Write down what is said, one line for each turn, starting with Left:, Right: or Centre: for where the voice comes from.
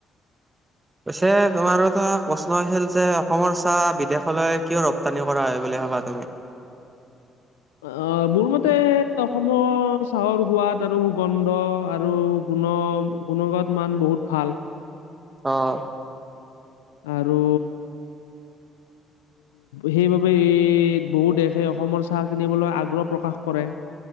Right: পাছে তোমাৰো এটা প্ৰশ্ন হৈছিল যে অসমৰ চাহ বিদেশলৈ কিয় ৰপ্তানি কৰা হয় বুলি ভাবা তুমি?
Left: অঁ মোৰ মতে অসমৰ চাহৰ সোৱাদ আৰু সুগন্ধ আৰু গুণ। গুণগত মান বহুত ভাল।
Right: অঁ
Left: আৰু সেইবাবে ই বহু দেশে অসমৰ চাহ কিনিবলৈ আগ্ৰহ প্ৰকাশ কৰে।